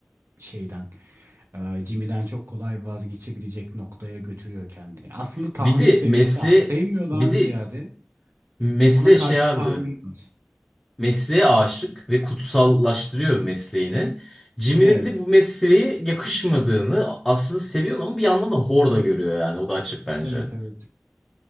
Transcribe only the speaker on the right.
şeyden. Ee, Jimmy'den çok kolay vazgeçebilecek noktaya götürüyor kendini. Aslında tahammül
seviyesi
az. Sevmiyordan
ziyade
ona karşı
tahammülü az.
Evet.
Evet evet.